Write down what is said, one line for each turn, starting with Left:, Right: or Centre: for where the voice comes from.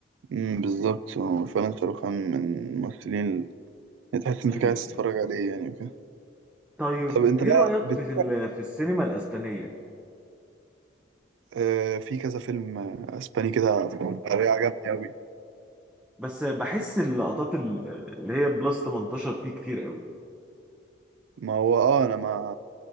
Right: أمم، بالظبط هو فعلا شاروخ خان من الممثلين اللي تحس انت
Centre: ايوه
Right: قاعد تتفرج عليه يعني وكده
Centre: طيب
Right: طب انت
Centre: ايه
Right: بقى
Centre: رايك
Right: بت...
Centre: في ال- في السينما الاسبانيه
Right: آه في كذا فيلم آه، اسباني كده بطريقة عجبني اوي
Centre: بس بحس اللقطات ال- اللي هي بلس 18 فيه كتير قوي
Right: ما هو اه انا ما